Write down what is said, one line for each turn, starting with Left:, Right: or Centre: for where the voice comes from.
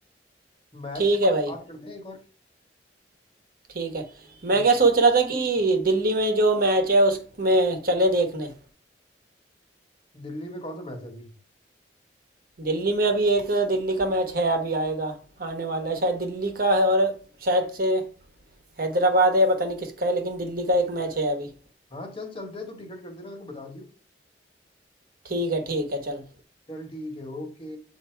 Left: मैच
Right: ठीक
Left: के
Right: है
Left: बाद
Right: भाई
Left: बात करते हैं एक और
Right: ठीक है
Left: ठीक
Right: मैं क्या सोच
Left: है।
Right: रहा था कि दिल्ली में जो मैच है उसमें चले देखने
Left: दिल्ली में कौन सा मैच है अभी
Right: दिल्ली में अभी एक दिल्ली का मैच है अभी आएगा आने वाला है शायद दिल्ली का है और शायद से हैदराबाद है पता नहीं किसका है लेकिन दिल्ली का एक मैच है अभी
Left: हाँ चल चलते हैं तू टिकट कर देना मेरे को बता दियो
Right: ठीक है ठीक है चल
Left: चल ठीक है okay